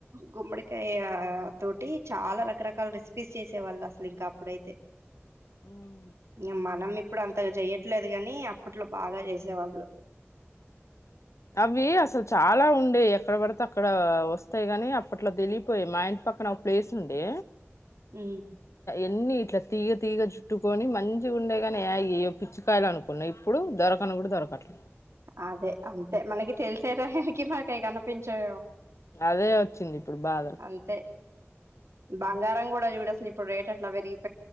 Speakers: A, on the right; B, on the left.
A: గుమ్మడికాయ తోటి చాలా రకరకాల రెసిపీస్ చేసేవాళ్ళు అసలు ఇంకా అప్పుడైతే
B: ఉమ్.
A: ఇ మన మీ ఇప్పుడు అంతగా చెయ్యట్లేదు కానీ అప్పట్లో బాగా చేసేవాళ్ళు
B: అవి అసలు చాలా ఉండే ఎక్కడ పడితే అక్కడ వస్తాయి కాని అప్పట్లో తెలియపోయి మా ఇంటి పక్కన ఒక ప్లేస్ ఉండే
A: ఉ
B: అన్ని ఇట్లా తీగ తీగ చుట్టుకొని మంచిగా ఉండేగాని యాగయ్య పిచ్చికయలు అనుకున్నా ఇప్పుడు దొరకన కూడా దొరకట్లేదు
A: అదే అంతే మనకి తెలిసే రానికి మనకివి కనిపించో
B: అదే వచ్చింది ఇప్పుడు బాధలు
A: అంతే బంగారం కూడా చూడు ఇప్పుడు రేట్ ఎట్లా పెరిగింది.